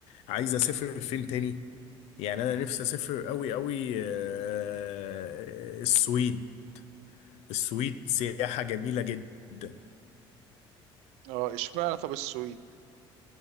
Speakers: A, on the left (about 75°); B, on the right (about 85°).
A: عايز اسافر فين تاني يعني انا نفسي اسافر قوي قوي آه، السويد السويد سياحة جميلة جدا
B: اه اشمعنى طب السويد